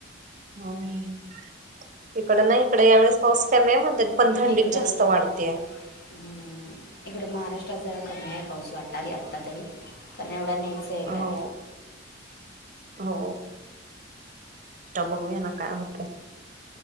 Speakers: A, on the right; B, on the left.
A: हम्म. इकड नाही इकडे या वेळेस पाऊस कमी म्हणतात पण थंडीच
B: इकडं
A: जास्त वाढतेय.
B: <unintelligible> इकडं महाराष्ट्रात जरा कमी आहे पाऊस वाटाल आत्ता तरी कारण एवढा नाहीच आहे
A: हो
B: काय.
A: हो, त्या बघूया ना काय होते.